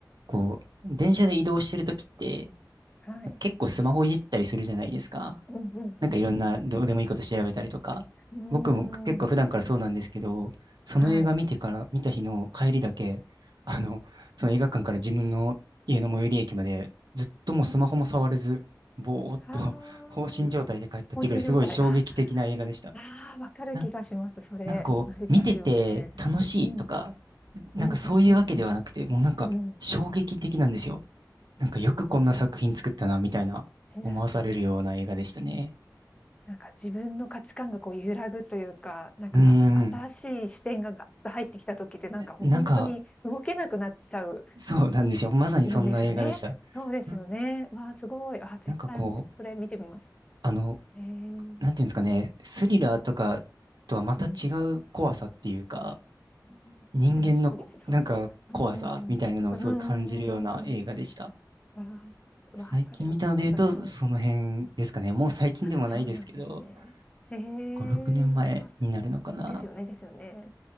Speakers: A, on the right (about 70°); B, on the left (about 15°).
A: こう、電車で移動してるときって、
B: はい。
A: 結構スマホいじったりするじゃないですか。
B: うんうんうん
A: なんかいろんなどうでもいいこと調べたりとか、
B: うん。
A: 僕も結構普段からそうなんですけど、
B: うーん。
A: その映画見てから、
B: はい。
A: 見た日の帰りだけ、あの、その映画館から自分の家の最寄り駅まで、ずっともうスマホも触れず、ぼーっと
B: ああ。
A: <laughs> 放心状態で帰ったっていうくらいすごい衝撃的な映画でした。
B: 放心状態。あ、ああ、分かる気がします、
A: なん、
B: それ。
A: なんかこう、
B: なりますよね。
A: 見てて楽しいとか、
B: うん。
A: なんかそういうわけではなくて、
B: うんうんうん
A: もうなんか衝撃的なんですよ。
B: うん。うん。
A: なんかよくこんな作品作ったな、みたいな思わされるような映画でしたね。
B: へえ。なんか自分の価値観がこう揺らぐというか、なんか新しい視点がガッと入ってきた時って、
A: うーん。
B: なんかもうほんとに動けなくなっちゃう
A: なんか、そうなんですよ。まさにそんな映画でした。
B: んですよね。そうですよね。
A: な、
B: わあ、すごい。あ、
A: なんかこう、
B: 絶対それ見てみます。
A: あの、
B: へえ。
A: なんていうんですかね、スリラーとかとはまた違う怖さっていうか、
B: うん。うん。
A: 人間のこなんか怖さみたいなのをすごい感じるような映画でした。
B: 大好きです、それ。うんうんうんうん。うんうんうんうんうん。わあ、
A: 最近見たので言うと、
B: わあ、それはちょっと私の
A: その辺ですかね。もう最近でもないですけど、
B: そうなんですね。へえ、
A: 5、6年前になるのかな。
B: わあ、すごい。ですよねですよね。